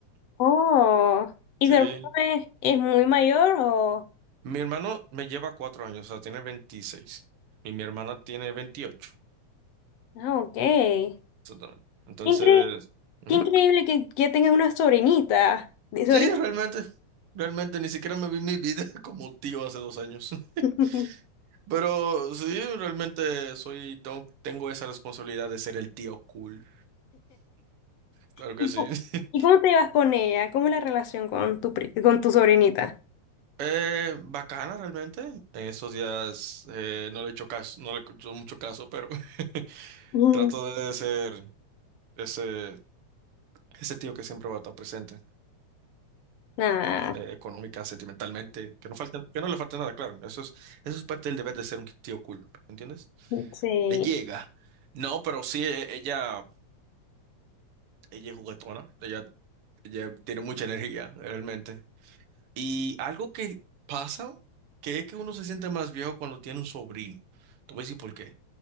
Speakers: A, on the left; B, on the right.
A: Oh, ¿y
B: sí.
A: tu hermano es, es muy mayor o...?
B: Mi hermano me lleva cuatro años, o sea, tiene 26 y mi hermana tiene 28,
A: Ah, ok. Qué,
B: exactamente. Entonces...
A: incre-
B: ujú,
A: qué increíble que que ya tengas una sobrinita. ¿De sobrina?
B: Sí, realmente. Realmente ni siquiera me vi mi vida <laughs> como tío hace dos años. <laughs>
A: <laughs>
B: Pero sí, realmente soy, tengo, tengo esa responsabilidad de ser el tío cool. Claro que
A: ¿Y
B: sí.
A: cómo,
B: <laughs>
A: y cómo te llevas con ella? ¿Cómo es la relación con tu, pri- con tu sobrinita?
B: Eh, bacana realmente. En estos días eh, no le he hecho caso, no le he hecho mucho caso, pero <laughs>
A: Mm,
B: trato de ser ese, ese tío que siempre va a estar presente,
A: Ah,
B: eh, económica, sentimentalmente, que no falte, que no le falte nada, claro. Eso es, eso es parte del deber de ser un tío cool, ¿entiendes?
A: sí.
B: Le llega. No, pero sí, e- ella. Ella es juguetona, ella, ella tiene mucha energía, realmente. Y algo que pasa, que es que uno se siente más viejo cuando tiene un sobrino. Te voy a decir por qué.